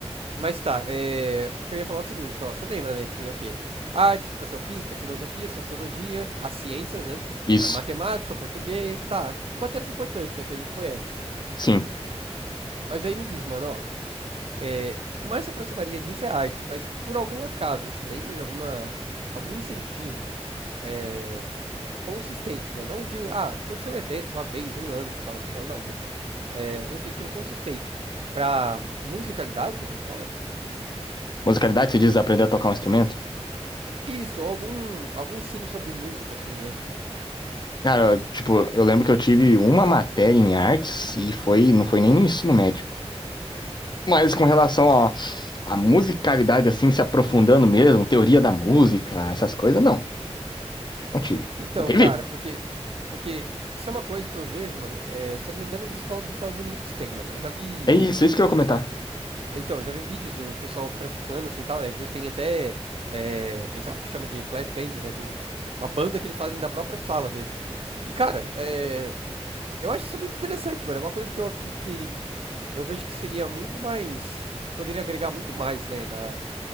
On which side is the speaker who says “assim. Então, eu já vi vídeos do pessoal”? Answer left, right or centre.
Right